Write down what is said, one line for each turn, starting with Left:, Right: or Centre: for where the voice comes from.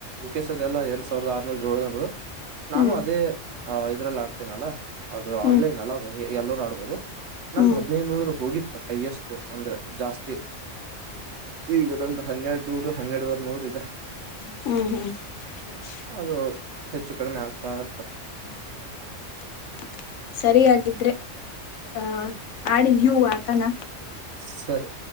Right: ಉಖೇಶ್ ಅದೆ ಎಲ್ಲ ಎರಡ್ ಸಾವಿರದ ಆರು ನೂರ ಏಳ ನೂರ. ನಾನು
Left: ಹ್ಮ್
Right: ಅದೇ ಇದ್ರಲ್ಲಿ ಆಡ್ತೇನಲ್ಲ ಅದು
Left: ಹ್ಮ್ ಹ್ಮ್
Right: ಆನ್ಲೈನ್ ಅಲ್ಲ ಎಲ್ಲರೂ ಆಡ್ಬೋದು. ನಂದ
Left: ಹ್ಮ್
Right: ಹದಿನೈದುನೂರು ಹೋಗಿತ್ತು ಹೈಯೆಸ್ಟ್ ಅಂದ್ರೆ ಜಾಸ್ತಿ ಈಗ. ಹನ್ನೆರಡ ನೂರು ಹನ್ನೆರಡವರೆ ನೂರ ಇದೆ.
Left: ಹ್ಮ್ ಹ್ಮ್.
Right: ಅದು ಹೆಚ್ಚು ಕಡಿಮೆ ಆಗ್ತ ಇರ್ತಾ.
Left: ಹ್ಮ್. ಸರಿಯಾಗಿದ್ರೆ ಆಹ ಆಡಿ ನೀವು ಆತನ.
Right: ಸರಿ.